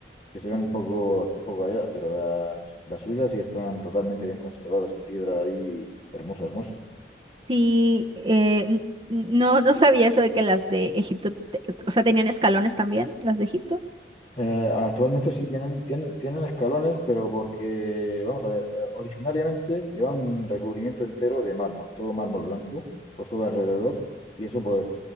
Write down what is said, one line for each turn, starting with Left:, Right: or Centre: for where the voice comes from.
Left: que se ven un poco, un poco allá, pero las, las suyas sí están totalmente bien conservadas en piedra ahí, hermosa, hermosa.
Right: sí, eh, n- no, no sabía eso de que las de Egipto, te- o sea, tenían escalones también, las de Egipto.
Left: Eh, actualmente sí tienen, tienen, tienen escalones, pero porque, vamos a ver, eh, originariamente llevaban un recubrimiento entero de mármol, todo mármol blanco, por todo alrededor, y eso pues